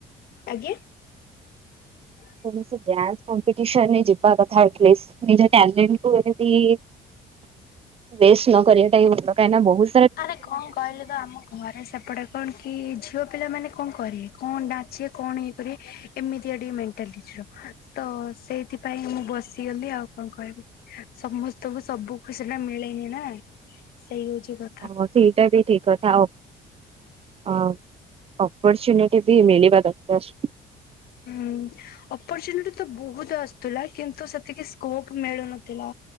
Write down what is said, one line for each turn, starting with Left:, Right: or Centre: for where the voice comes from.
Left: ଆଜ୍ଞା? ହ
Right: କୌଣସି ଡ୍ୟାନ୍ସ କମ୍ପିଟିସନ୍ ରେ ଯିବା କଥା ଆଟଲିସ୍ ନିଜ ଟ୍ୟାଲେଣ୍ଟ୍ କୁ ଏବେ ଇ ଉଏସ୍ ନ କରିବାଟା ହି ଭଲ କାହିଁ ନା ବହୁ
Left: ଆରେ କଁ କହିଲୁ ତ ଆମ ଘରେ ସେପଟେ କଣ କି ଝିଅ ପିଲାମାନେ କଣ କରିବେ କଣଟା ଅଛି ଏ କଣ ଇଏ କରିଏ ଏମିତିଆ ଟିକେ ମେଣ୍ଟାଲିଟିର। ତ ସେଇଥିପାଇଁ ମୁଁ ବସିଗଲି ଆଉ କଁ କହିବି? ସମସ୍ତଙ୍କୁ ସବୁ ଖୁସିଟା ମିଳେନି ନା ସେଇ ହଉଚି କ
Right: ହଁ ସେଇଟା ବି ଠିକ୍ କଥା ଅ ଅ ଅପର୍ଚୁନି ଟି ବି ମିଳିିବା ଦକାର।
Left: ହୁଁ। ଅପର୍ଚୁନିଟି ତ ବୋହୁତ ଆସଥୁଲା କିନ୍ତୁ ସେତିକି ସ୍କୋପ୍ ମିଳୁନଥିଲା।